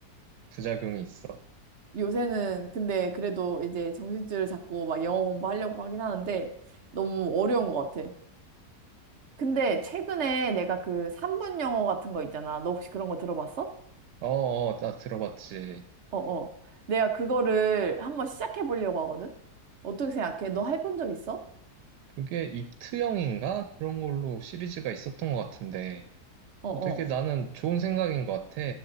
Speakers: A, on the right; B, on the right.
A: 부작용이 있어.
B: 요새는 근데 그래도 이제 정신줄을 잡고 막 영어 공부하려고 하긴 하는데 너무 어려운 것 같아. 근데 최근에 내가 그 3분 영어 같은 거 있잖아. 너 혹시 그런 거 들어봤어?
A: 어, 어, 나 들어봤지.
B: 어어. 내가 그거를 한번 시작해 보려고 하거든? 어떻게 생각해? 너 해본 적 있어?
A: 그게 입트형인가? 그런 걸로 시리즈가 있었던 것 같은데,
B: 어어.
A: 어, 되게 나는 좋은 생각인 것 같아.